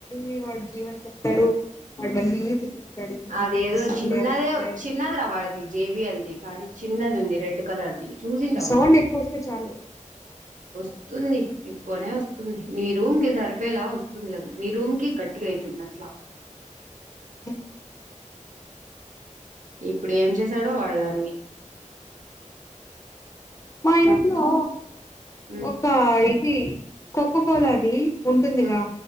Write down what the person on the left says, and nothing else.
ళ్ వాడు జీవన్ చెప్తాడు వా మళ్ళీ నీకెంత
సిగ్గులేదా
ఇలా
సౌండ్ ఏకువ వస్తే చాలు
ఉ
మా ఇంట్లో
ఒక ఇది కోకో కోలాది ఉంటుందిగా